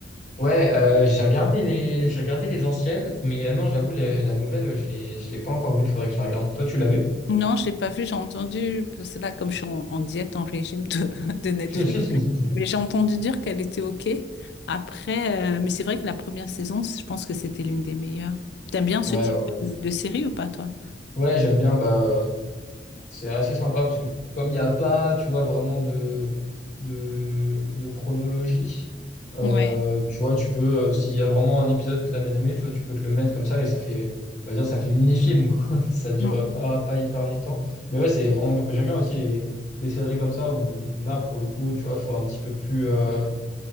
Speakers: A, on the left; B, on the left.
A: ouais, euh, j'ai regardé les, j'ai regardé les anciennes, mais euh, non, j'avoue, la, la nouvelle, je l'ai, je l'ai pas encore vue. Faudrait que je la regarde. Toi, tu l'as vue?
B: Non, je l'ai pas vu, j'ai entendu, parce que là, comme je suis en, en diète, en régime de, <laughs> de Netflix,
A: <laughs>
B: mais j'ai entendu dire qu'elle était OK. Après, euh, mais c'est vrai que la première saison, je pense que c'était l'une des meilleures. T'aimes bien ce
A: Ouais,
B: type
A: ouais, ouais.
B: de, de série ou pas, toi?
A: Ouais, j'aime bien. Bah, c'est assez sympa parce que comme il n'y a pas, tu vois, vraiment de, de, de chronologie, euh,
B: Ouais.
A: tu vois, tu peux, euh, s'il y a vraiment un épisode que tu as bien aimé, tu vois, tu peux te le mettre comme ça et ça fait, on va dire, ça fait mini-film, quoi. <laughs> Ça dure
B: Mm.
A: pas, pas hyper longtemps. Mais ouais, c'est vraiment bien. J'aime bien aussi les, les séries comme ça où là, pour le coup, tu vois, faut un petit peu plus, euh,